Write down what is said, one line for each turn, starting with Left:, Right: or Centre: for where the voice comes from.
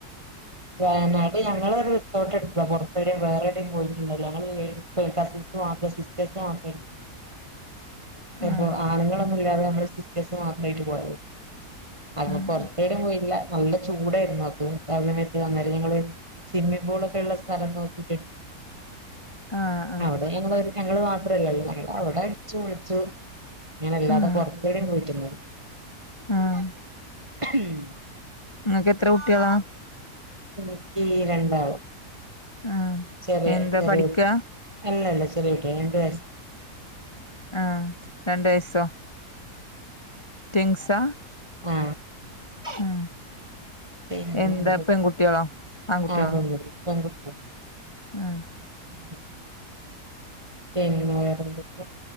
Right: വനാ അപ്പൊ ഞങ്ങള് ഒരു റിസോർട്ട് എട്ടോ പുറവിടെയും വേറെവിടെേയും പോയിട്ടുണ്ട ഞങ്ങള്ൾ കസിൻസ് മാത്ര സിസ്റ്റേസ് മാത്രേ അപ്പ
Left: ആഹ്
Right: ആനുങ്ങളൊന്നും ഇല്ലാതെ നമ്മെ സിസ്റ്റേഴ്സ് മാത്രയിട്ട് പോയരുന്നു അപ്പൊ
Left: ആഹ്
Right: പൊറത്തെടെ പോയില്ല നല്ല ചൂടാ <unintelligible> ഞങ്ങള് സ്വിമ്മിം പൂളൊക്കെ ഉള്ള സ്ഥലം നോക്കിട്ടെടു
Left: ആഹ് ആഹ്
Right: അവിടെ ഞങ്ങള് ഞങ്ങള് മാത്രല്ലള്ളോ ഞങ്ങളവിടെ അടിച്ചു പൊളിച്ച് ഇങ്ങന അല്ലാതെ
Left: ആഹ് ആഹ്
Right: പൊറത്തെടെ പോയിട്ടില്ല
Left: ആഹ്
Right: ഉം
Left: ഇങ്ങക്ക് എത്ര ട്ടിയള?
Right: എനിക്ക് രണ്ടാള്
Left: ആഹ്
Right: ചെറിയ
Left: എന്താ
Right: ചെറിയ
Left: പഠിക്കാ
Right: അല്ലല്ല ചെറിയ കുട്ട്യാള രണ്ട് വയ
Left: ആ രണ്ട് വയസ്റ്റോ? ട്‌വിങ്സാ?
Right: ആ
Left: ഉം
Right: പിന്നെ
Left: എന്താ പെൺകുട്ടികളോ ആൺകുട്ടികളോ?
Right: ആഹ് പെൺകുട്ടി
Left: ആ
Right: ഉം പിന്നെ റൊന്തൊക്കെ